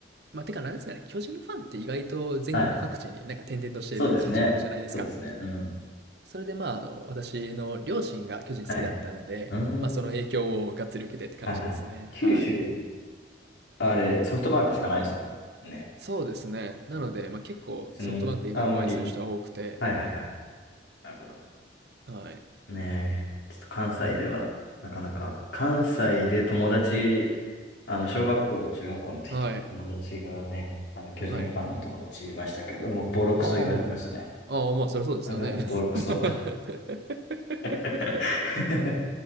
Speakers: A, on the right; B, on the left.
A: まあ、てかなんですかね、巨人ファンって意外と全国各地になんか点々としている感じあるじゃないですか。
B: はい。そうですね。そうですね。うん。
A: それでまあ、あの、私の両親が巨人好きだったので、
B: はい。うーん。
A: まあ、その影響をがっつり受けてって感じですね。
B: はいはい。九州、
A: はい。
B: あれ、ソフトバンクしかないですもんね。
A: そうですね。なので、
B: うん
A: まあ、結構ソフトバンク以外応援する人は多くて、
B: 別に、あんまり。はいはいはい。なるほど。
A: はい。
B: ねえ、ちょっと関西では、なかなか、関西で友達、あの、小学校、中学校の時とか、
A: はい。
B: 友達がね、あの、巨人ファンの友達いましたけど、
A: はい。
B: もうボロクソ言われてましたね。
A: ああ。ああ、まあ、そりゃそうですよね。
B: あの、ボロクソ。
A: <laughs>
B: <laughs>